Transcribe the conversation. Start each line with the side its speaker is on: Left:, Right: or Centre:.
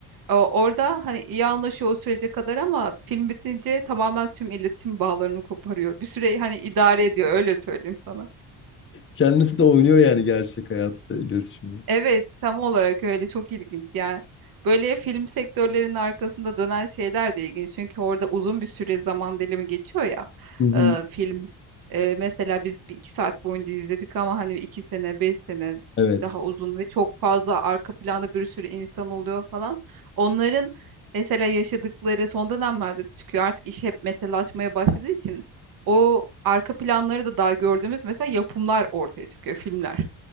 Right: O- Orada hani iyi anlaşıyor o sürece kadar ama film bitince tamamen tüm iletişim bağlarını koparıyor. Bir süre hani idare ediyor öyle söyleyeyim sana.
Left: Kendisi de oynuyor yani gerçek hayatta iletişimi.
Right: Evet, tam olarak öyle çok ilginç yani. Böyle film sektörlerinin arkasında dönen şeyler de ilginç. Çünkü orada uzun bir süre zaman dilimi geçiyor ya
Left: Hı hı.
Right: e, film. E, mesela biz bir iki saat boyunca izledik ama hani iki sene, beş sene
Left: Evet.
Right: daha uzun ve çok fazla arka planda bir sürü insan oluyor falan. Onların mesela yaşadıkları son dönemlerde çıkıyor. Artık iş hep metalaşmaya başladığı için o arka planları da daha gördüğümüz mesela yapımlar ortaya çıkıyor, filmler.